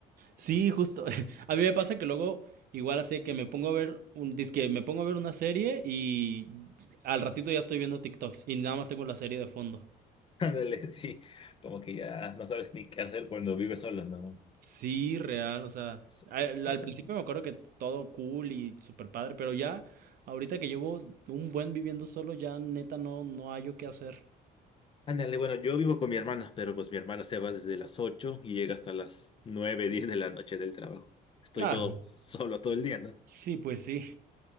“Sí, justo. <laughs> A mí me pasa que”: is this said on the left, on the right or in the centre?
Right